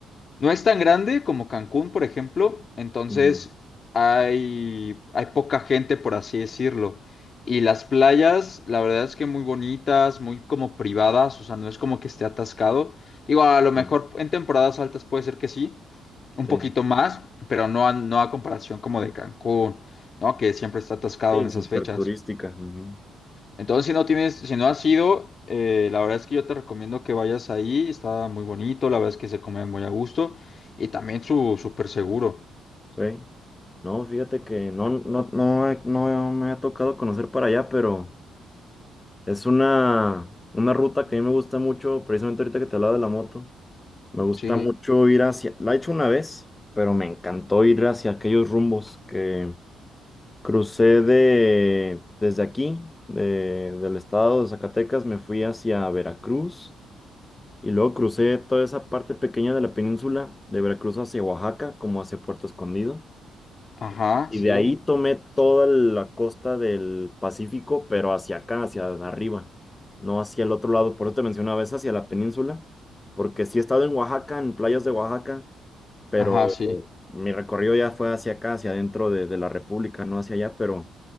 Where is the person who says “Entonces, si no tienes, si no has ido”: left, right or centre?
Left